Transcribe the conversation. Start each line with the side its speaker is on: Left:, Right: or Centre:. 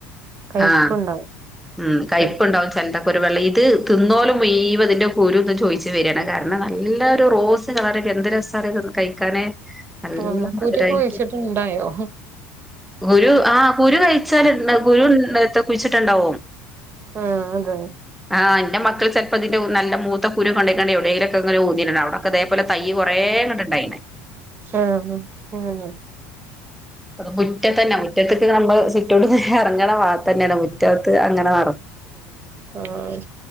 Right: കയ്പ്പുണ്ടാവും
Centre: ആഹ് ഉം കയ്പ്പ്
Right: ചെലത്
Centre: ഉണ്ടാവും ചെലത ഒരുവെള്ളീത് തിന്നോല് മുയ്വം ഇതിന്റെ കുരു ഇത് ചോയ്ച്ച് വരാണ് കാരണം നല്ലൊരു റോസ് കളർ എന്ത് രസ് <unintelligible> കഴിക്കാന് നല്ല
Right: ആഹ്
Centre: മധുരായിട്ട്
Right: കുരു കുഴിച്ചിട്ട് ഇണ്ടായോ
Centre: കുരു ആഹ് കുരു കഴിച്ചാല് ഇട്ണ് കുരു <unintelligible> കുഴിച്ചിട്ടാ ഇണ്ടാവും
Right: ആഹ് അതെ
Centre: ആഹ് ഇന്റെ മക്കൾ ചെലപ്പോ ഇതിന്റെ നല്ല മൂത്ത കുരു കൊണ്ടയ്ക്കാണ്ട് എവിടേങ്കിലൊക്കെ ഇങ്ങനെ ഊതി ഇട്ണാണ ഒക്കെ ഇതേപോലെ തയ്യ് കൊറേ ഇങ്ങ്ട്ട് ഇണ്ടായ്ണ്
Right: <unintelligible> ഉം
Centre: അത് മുറ്റത്തന്നെ മുറ്റത്ത്ക്ക് നമ്മള് സിറ്റൗട്ട്ന്ന് എറങ്ങ്ണ ഭാഗത്തെന്നേണ് മുറ്റത്ത് അങ്ങനെ നറ
Right: ആഹ്